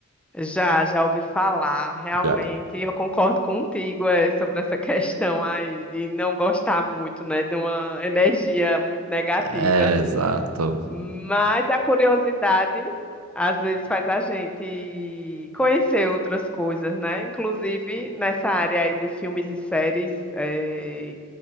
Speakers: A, in the centre; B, on the right (about 80°).
A: Já, já ouvi falar, realmente.
B: Já.
A: Eu concordo contigo, é, sobre essa <laughs> questão aí de não gostar muito, né, de uma energia muito negativa.
B: É, exato.
A: Mas a curiosidade às vezes faz a gente conhecer outras coisas, né? Inclusive nessa área aí de filmes e séries, eh,